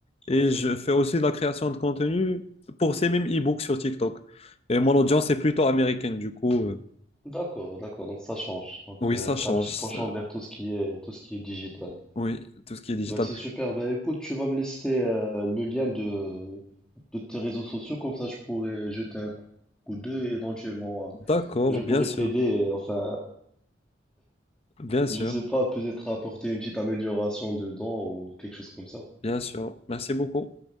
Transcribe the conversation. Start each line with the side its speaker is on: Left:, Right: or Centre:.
Left: Et
Centre: Oui.
Left: je fais aussi de la création de contenu pour ces mêmes e-books sur TikTok. Et mon audience est plutôt américaine, du coup, euh,
Centre: D'accord, d'accord. Donc, ça change. Donc,
Left: oui,
Centre: euh,
Left: ça change.
Centre: t'as un petit
Left: ça-
Centre: penchant vers tout ce qui est, tout ce qui est digital.
Left: oui, tout ce qui est digital.
Centre: Bah, c'est super. Bah, écoute, tu vas me laisser euh, le lien de, de tes réseaux sociaux. Comme ça, je pourrais jeter un coup d'œil. Éventuellement, euh,
Left: D'accord,
Centre: je pourrais
Left: bien sûr,
Centre: t'aider. euh, Enfin,
Left: bien sûr,
Centre: je sais pas, peut-être apporter une petite amélioration dedans ou quelque chose comme ça.
Left: bien sûr. Merci beaucoup.